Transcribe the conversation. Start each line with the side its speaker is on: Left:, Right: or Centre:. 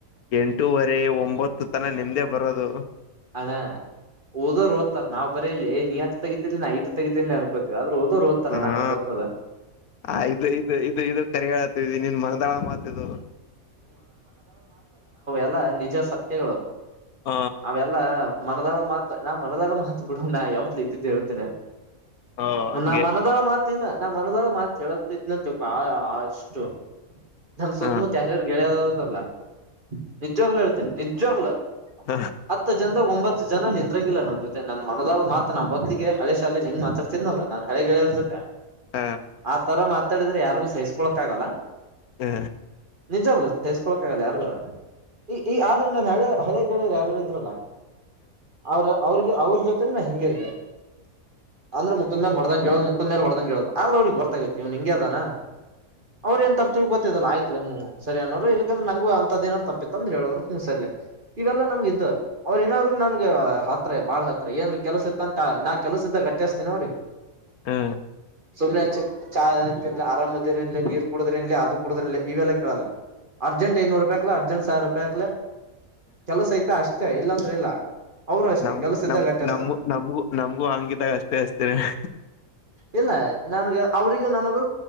Left: ಎಂಟೂುವರೆ ಒಂಬತ್ತು ತನ ನಿಮ್ದೇ ಬರೋದು
Right: ಅಣ ಓದೋರು ಓದ್ತಾರ ನಾವ್ ಬರೀಲಿ ನೀ ಹತ್ರ ತಗತಿ ನ ತಗೀ ಅನ್ಕೋತೀವಿ ಆದ್ರ ಹದ್ ಓದ್ತಾರ ನನಗೆ
Left: ಹಾ
Right: ಗೊತ್ತದ
Left: ಆ
Right: ಹ್ಮ್
Left: ಇದು ಇದು ಇದು ಇದು ಕರಿಯತಿದಿ ನೀನ್ ಮದಾಳ ಮಾತಿದು
Right: ಎಲ್ಲ ನಿಜ ಸತ್ಯಗಳು
Left: ಹ
Right: ಅವೆಲ್ಲ ಮನದಾಳ ಮಾಹತ್ ಮನದಾಳ ಮಾತ್ ಬಿಡು ನಾ ಯಾವತ್ಲ ಇದ್ದಿದ್ದು ಹೇಳ್ತೇನೆ
Left: ಹ ಹಂಗೆ
Right: ನಾ ಮಾನದರ ಮಾತ್ ಲ್ಲನಾ ಮನದಲ್ಲ ಮಾತ್ ಹೇಳತಿದ್ನ ಅಷ್ಟು ನಾನ ಸ
Left: ಹ
Right: ಕೇಳಿಯದದಲ್ಲ ನಿಜ್ವಾಗ್ಲುೂ ಹೇಳ್ತೇನೆ ನಿಜ್ವಾಗ್ಲು
Left: ಹ
Right: ಹತ್ತ ಜನದ ಒಂಬತ್ತು ಜನ ನಿ ಂಗಿಲ್ಲ ನನ್ ಜೊತೆ ನನ್ ಮನದ ಮಾತನ ಮಾಧಲು ಗೆ ಹಳೆ ಶಾಲೆಲಿ ಹೆಂಗ್ ಮಾತಾಡ್ತಿದನಲ್ಲ ನನ್ ಹಳೆ ಗೆಳೆಯೋರ್ ಜೊತೆ
Left: ಹ
Right: ಆತರ ಮಾತಾಡಿದ್ರೆ ಯಾರಿಗೂ ಸಹಿಸ್ಕೊಳಕ್ ಆಗಲ್ಲ
Left: ಹ್ಮ
Right: ನಿಜಾಗ್ಲ ಸೈಸ್ಕೊಕ್ ಆಗಲ್ಲ ಯಾರ್ಗ ಈ ಈ ಆದ್ರ ನಾನ ಹಳೆ ಹಳೆ ಗೆಳೆಯರು ಯಾರಾರು ಇದ್ರಲ್ಲ ಅವ್ರ ಅವ್ರಿಗೆ ಅವ್ರ ಜೊತೆ ನಾ ಹಿಂಗೆ ಇದ್ದ ಅಂದ್ರೆ ಮು ಹೊಡೆದಂಗ ಹೇಳೋ ಮುಕ್ ಮೇಲೆ ಹೊಡೆದಂಗಗೆ ಹೇಳೋ ಆದ್ರೆ ಅವ್ರಿಗೆ ಗೊತ್ತಾಗತತ್ತು ಇವ್ ಹಂಗ ಅದಾನ ಅವ್ರ ನ್ ತ ತಿಳ್ಕೋತದಲ್ಲ ಅಯ್ ಹ್ಮ್ ಸರಿ ಅನ್ನೋರು ಇಲ್ಲಕಂದ್ರೆ ನಂಗಗ ಅಂತದ್ಏನಾರ್ ತಪ್ಪಿತ್ತ ಅಂದ್ರೆ ಹೇಳವರು ಹ್ಮ್ ಸರಿಲಿ ಇವೆಲ್ಲ ನಮ್ಗ ಇದ್ ಅವರು ಅವ ಏನಾದ್ರು ನನ್ಗ ಹತ್ರ ಬಾಳ ಹತ್ರ ಏನ್ ಕೆಲ್ಸ ಇತ್ತ ಅಂತ ನಾ ಕೆಲ್ಸ್ದ ಕಟ್ಟಿತೇನಿ ಅವ್ರಿಗೆ
Left: ಹ ಹ
Right: ಸಮನೆ ಅಚ್ ಚಾ ತಿನ್ಲ ಆರಾಮ್ದ್ರ ಇನ್ಲಿ ನೀರ್ ಕುಡುದ್ರೆ ಇನ್ಲಿ ಅದು ಕುಡುದ್ರ ಇವೆಲ್ಲ ಕೇಳಲ್ಲ ಅರ್ಜೆಂಟ್ ಐನೂರು ರೂಪಾಯಿಕ್ಲ ಅರ್ಜೆಂಟ್ ಸಾವಿರ ರೂಪಾಯಿಕ್ಲ ಕೆಲಸ ಐತೆ ಅಷ್ಟೇ ಇಲ್ಲಾಂದ್ರೆ ಇಲ್ಲ ಅವರು ಅಷ್ಟೇ
Left: ನಮಗೂ
Right: ಕೆಲಸ ಇದ್ದಾಗ
Left: ನಮ
Right: ಅಟ್ಟೇಸ್ತಾರ
Left: ನಮಗೂ ನಮ್ಗೂ ನಮ್ಗೂ ಹಂಗಿದಾಗ ಅಷ್ಟೇ ಅಷ್ಟೇ ಹ
Right: ಇಲ್ಲ ನನ್ಗ ಅವ್ರಿಗೂ ನನಗ